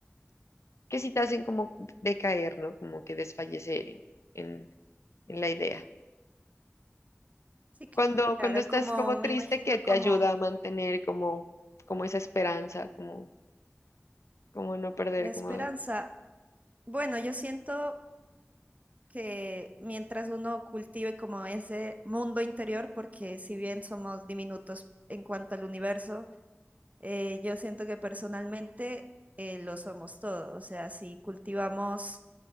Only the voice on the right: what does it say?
Sí, cl-
claro,
como
me
imagino
como
la esperanza.
Bueno, yo siento que mientras uno cultive como ese mundo interior, porque si bien somos diminutos en cuanto al universo, Eh, yo siento que personalmente eh, lo somos todo, o sea, si cultivamos